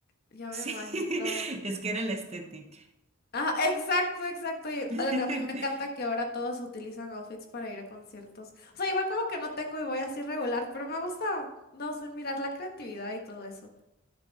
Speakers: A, on the left (about 45°); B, on the right (about 30°).
A: Ya me
B: Sí,
A: imagino.
B: es que era el estético.
A: Ah, exacto, exacto. Y
B: <laughs>
A: lo que a mí me encanta que ahora todos utilizan outfits para ir a conciertos. O sea, igual como que no tengo y voy así regular, pero me gusta, no sé, mirar la creatividad y todo eso.